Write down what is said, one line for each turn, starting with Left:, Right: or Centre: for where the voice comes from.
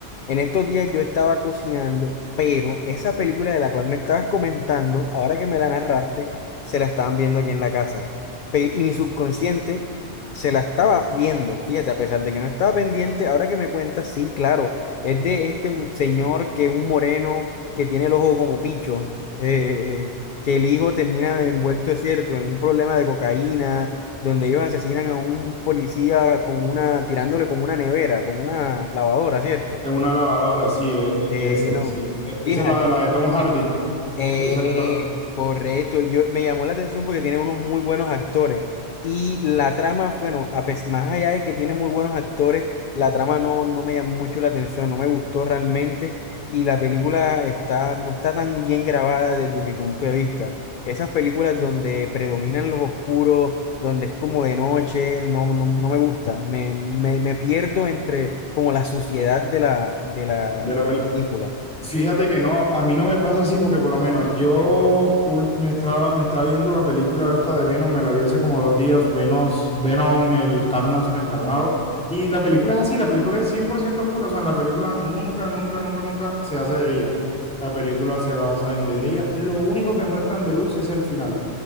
Left: En estos días yo estaba cocinando, pero esa película de la cual me estabas comentando, ahora que me la narraste, se la estaban viendo aquí en la casa. Pe- y mi subconsciente se la estaba viendo, fíjate, a pesar de que no estaba pendiente, ahora que me cuentas, sí, claro, es de este señor que es un moreno, que tiene el ojo como picho. eh, eh, que el hijo termina envuelto, es cierto, en un problema de cocaína, donde ellos asesinan a un policía con una, tirándole con una nevera, con una lavadora, ¿cierto?
Centre: Es una lavadora, sí, e- e-
Left: Eh,
Centre: ese,
Left: no,
Centre: sí. E-
Left: fíjate.
Centre: Esa es la de la de Tom Hardy,
Left: Eh,
Centre: ese actor
Left: correcto, yo me llamó la atención porque tiene unos muy buenos actores y la trama, bueno, a pes- más allá de que tiene muy buenos actores, la trama no, no me llamó mucho la atención, no me gustó realmente y la película está, no está tan bien grabada desde mi punto de vista. Esas películas donde predominan los oscuros, donde es como de noche, no, no, no me gustan, me, me, me pierdo entre como la suciedad de la, de la
Centre: de la peli-
Left: película.
Centre: Fíjate que no, a, a mí no me pasa así porque por lo menos yo ul- me estaba, me estaba viendo la película esta de Venom, me la vi hace como dos días, Venos- Venom, el Carnage reencarnado, y la película es así, la película es 100% oscura, o sea, en la película nunca, nunca, nunca, nunca se hace de día, la película se basa en de día, lo único que muestran de luz es el final,